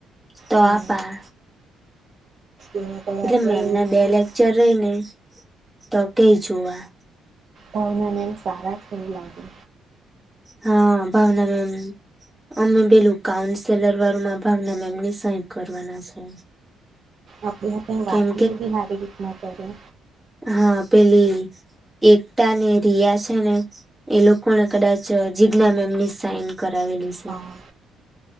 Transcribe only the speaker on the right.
હા આપડે
એવી
રીતના
ભાવના મેમ સારા એવુ લાગે.
આપણી આપણી
વાતની બી હારી રીતના કરે.
હા